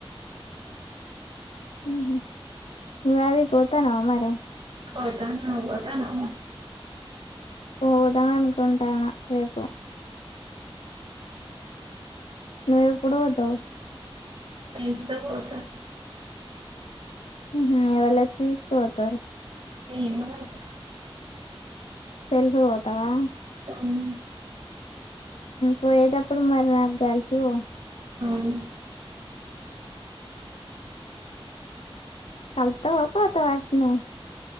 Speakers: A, on the left; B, on the right.
A: ఊహూ నువ్వదిది కోతాన్నావా మరి
B: పోతాన్నా పోతాన్నాము
A: పోతా అనుకుంటానా రేపు నువ్వెప్పుడు పోతావ్
B: పిలిస్తే పోతా
A: ఊహూ ఎవళ్ళచ్చి తీసుకుపోతారు
B: <inaudible>
A: సెల్ఫే పోతావా
B: మ్మ్
A: పోయేటప్పుడు మరి నాకు కలిసి పో
B: ఉమ్
A: కలుత్తావా పోతావా అట్నే